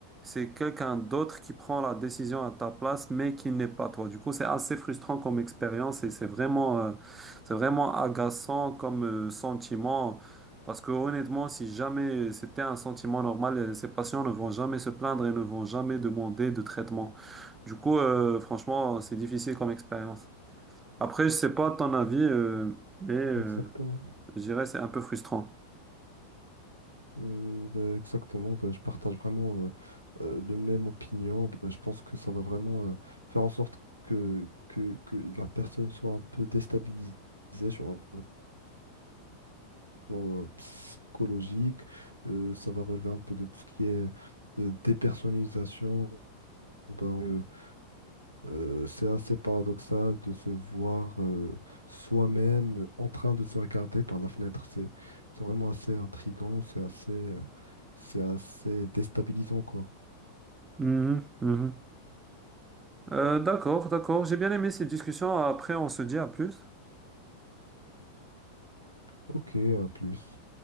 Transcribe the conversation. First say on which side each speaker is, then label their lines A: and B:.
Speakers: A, on the right (about 15°); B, on the right (about 85°).
A: c'est quelqu'un d'autre qui prend la décision à ta place, mais qui n'est pas toi. Du coup, c'est assez frustrant comme expérience et c'est vraiment euh, c'est vraiment agaçant comme euh, sentiment. Parce que honnêtement, si jamais c'était un sentiment normal, euh, ces patients ne vont jamais se plaindre et ne vont jamais demander de traitement. Du coup, euh, franchement, c'est difficile comme expérience. Après, je sais pas ton avis, euh, mais euh,
B: exactement.
A: je dirais c'est un peu frustrant.
B: Euh, bah, exactement. Bah, je partage vraiment euh, euh, le même opinion. Bah, je pense que ça va vraiment euh, faire en sorte que, que, que la personne soit un peu déstabilisée sur un plan euh, psychologique. Euh, ça va relever un peu de tout ce qui est euh, dépersonnalisation. Ben, Euh, c'est assez paradoxal de se voir euh, soi-même euh, en train de se regarder par la fenêtre. C'est, c'est vraiment assez intriguant, c'est assez, euh, c'est assez déstabilisant, quoi.
A: Mhm, mhm. Euh, d'accord, d'accord. J'ai bien aimé cette discussion. Après, on se dit à plus.
B: Ok, à plus.